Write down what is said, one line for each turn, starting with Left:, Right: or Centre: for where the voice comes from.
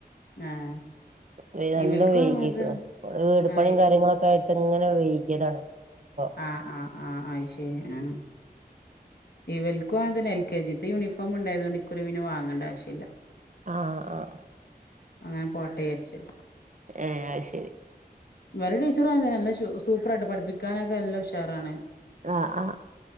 Left: ആഹ്
Right: <unintelligible> നല്ല
Left: ഇവൽക്കും
Right: വൈകീക്കണ്
Left: അങ്ങനത്തെ
Right: ഇവിടെ വീട്
Left: ആഹ്
Right: പണിയും കാര്യങ്ങളൊക്കെ ആയിട്ട് ഇങ്ങനെ വൈകിയതാണ് അപ്പൊ
Left: ആഹ് ആഹ് ആഹ് അത് ശരി ആഹ് ഇവൽക്കും അങ്ങനെതന്നെ എൽ കെ ജീത്തെ യൂണിഫോം ഇണ്ടായത്കൊണ്ട് ഇക്കുറി പിന്നെ വാങ്ങണ്ട ആവശ്യില്ല
Right: ആഹ് അഹ്
Left: അങ്ങനെ പോട്ടേ വിചാരിച്ച്
Right: ഏഹ് അത് ശെരി
Left: ഇവരടെ ടീച്ചറും <unintelligible> നല്ല ഷൂ സൂപ്പറായിട്ട് പഠിപ്പിക്കാനൊക്കെ നല്ല ഉഷാറാണ്
Right: ആഹ് ആഹ്